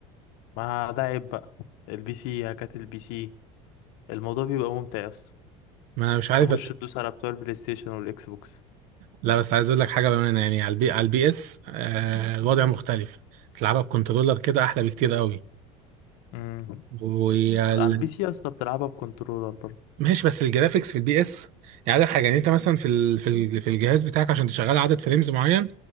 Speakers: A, on the left; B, on the right.
A: ما ده عيب بقى البي سي هكات البي سي الموضوع بيبقى ممتع يا اسطى
B: ما انا مش عارف
A: تخش تدوس على بتوع البلاي ستيشن والاكس بوكس
B: لا بس عايز اقول لك حاجه بامانه يعني على البي على البي اس آه الوضع مختلف تلعبها بكنترولر كده احلى بكتير قوي
A: امم
B: وال...
A: على البي سي يا اسطى بتلعبها بكنترولر برضه
B: ماشي بس الجرافيكس في البي اس يعني عندك حاجه يعني انت مثلا في ال... في ال... في الجهاز بتاعك عشان تشغل عدد فريمز معين